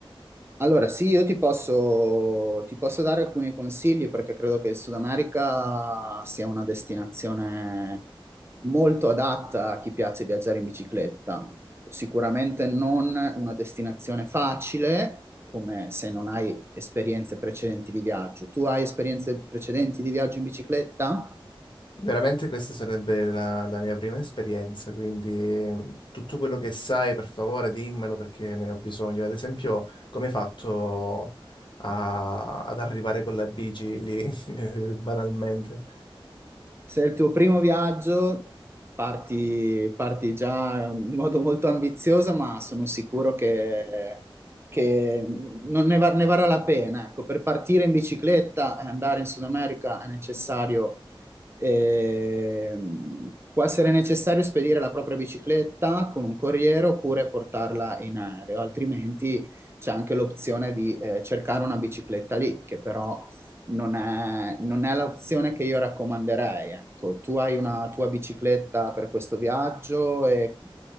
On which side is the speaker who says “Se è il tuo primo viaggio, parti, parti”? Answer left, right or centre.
Right